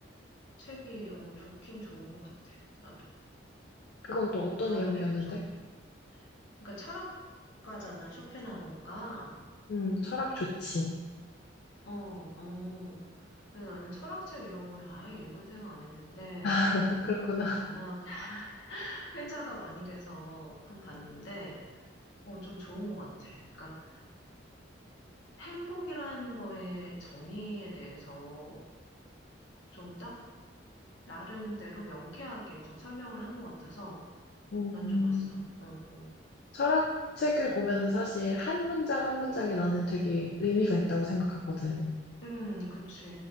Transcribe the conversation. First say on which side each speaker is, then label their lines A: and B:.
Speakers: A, on the left; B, on the left.
A: 책이, 어, 좋긴 좋은 것 같아. 나도.
B: 그건 또 어떤
A: 나한테도
B: 내용이었는데?
A: 좀. 그러니까 철학가잖아, 쇼펜하우어가.
B: 음, 철학 좋지.
A: 어, 어. 그래서 나는 철학책 이런 걸 아예 읽은 생각 안 했는데,
B: <laughs> 그렇구나.
A: 워낙 <laughs> 회자가 많이 돼서 한 봤는데, 어, 좀 좋은 것 같아. 그러니까 행복이라는 거의 정의에 대해서 좀딱 나름대로 명쾌하게 좀 설명을 한 것 같아서
B: 음,
A: 난 좋았어. 응, 응.
B: 철학 책을 보면은 사실 한 문장 한 문장이 나는 되게 의미가 있다고 생각하거든.
A: 음, 그치.